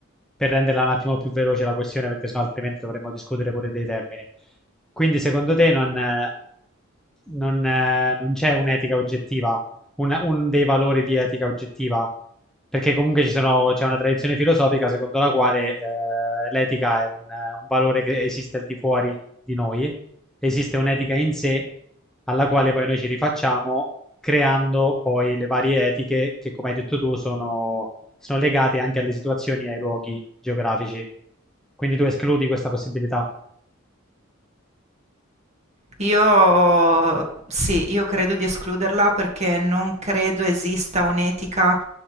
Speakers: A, in the centre; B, on the right.
A: per renderla un attimo più veloce la questione, perché sennò altrimenti dovremmo discutere pure dei termini. Quindi secondo te non, eh, non, eh, non c'è un'etica oggettiva, un, un dei valori di etica oggettiva? Perché comunque ci sono- c'è una tradizione filosofica secondo la quale eh, l'etica è un, un valore che esiste al di fuori di noi, esiste un'etica in sé alla quale poi noi ci rifacciamo creando poi le varie etiche che, come hai detto tu, sono, sono legate anche alle situazioni e ai luoghi geografici. Quindi tu escludi questa possibilità.
B: Io sì, io credo di escluderla perché non credo esista un'etica